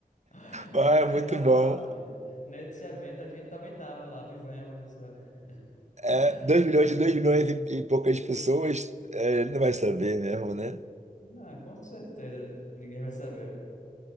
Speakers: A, on the left; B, on the right.
A: <laughs>
B: Ah,
A: A gente
B: muito
A: tava
B: bom.
A: lá, filha. Nesse evento, a gente também tava lá, vivemos essa...
B: É,
A: <laughs>
B: 2 milhões de 2 milhões e, e poucas pessoas, é, ele não vai saber mesmo, né?
A: Ah, com certeza, ninguém vai saber.